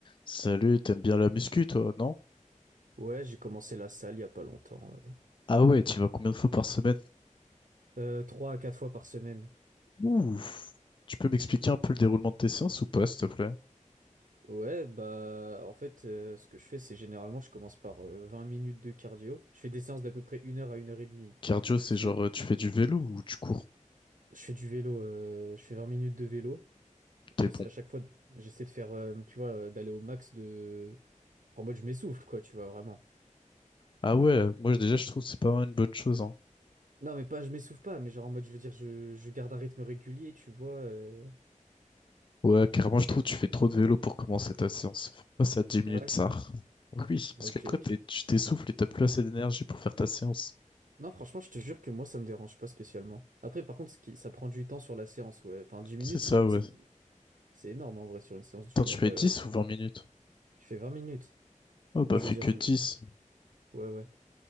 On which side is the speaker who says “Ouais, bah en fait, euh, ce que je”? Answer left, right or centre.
Right